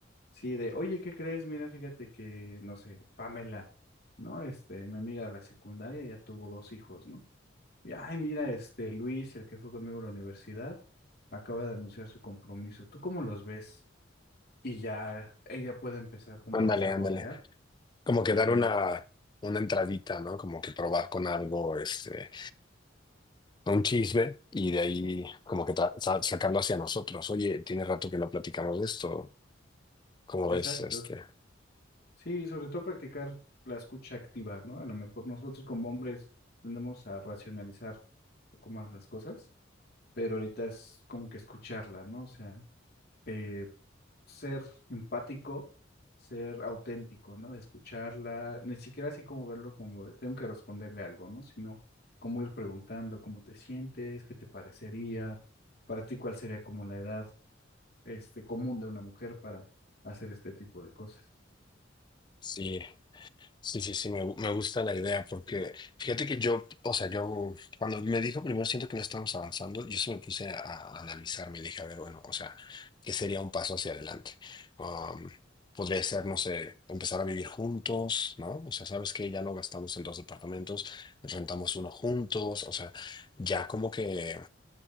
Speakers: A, on the left; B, on the left.
A: Sí, de, oye, ¿qué crees? Mira, fíjate que, no sé, Pamela, ¿no? Este, mi amiga de la secundaria ya tuvo dos hijos, ¿no? Y, ay, mira, este, Luis, el que fue conmigo a la universidad, acaba de anunciar su compromiso. ¿Tú cómo los ves? Y ya ella puede empezar como
B: Ándale,
A: a desarrollar
B: ándale. Como que
A: y
B: dar
A: ya.
B: una, una entradita, ¿no? Como que probar con algo, este, un chisme y de ahí como que ta- sa- sacarlo hacia nosotros. Oye, tiene rato que no platicamos de esto. ¿Cómo
A: Exacto.
B: ves, este?
A: Sí, sobre todo practicar la escucha activa, ¿no? A lo mejor nosotros como hombres tendemos a racionalizar un poco más las cosas, pero ahorita es como que escucharla, ¿no? O sea... eh, ser empático, ser auténtico, ¿no? De escucharla, ni siquiera así como verlo como de, tengo que responderle algo, ¿no? Sino como ir preguntando cómo te sientes, qué te parecería, para ti cuál sería como la edad este, común de una mujer para hacer este tipo de cosas.
B: Sí. Sí, sí, sí, me, gu- me gusta la idea porque fíjate que yo, o sea, yo cuando me dijo primero siento que no estamos avanzando, yo se me puse a, a analizar, me dije, a ver, bueno, o sea, ¿qué sería un paso hacia adelante? Um, podría ser, no sé, empezar a vivir juntos, ¿no? O sea, sabes que ya no gastamos en dos departamentos, rentamos uno juntos, o sea, ya como que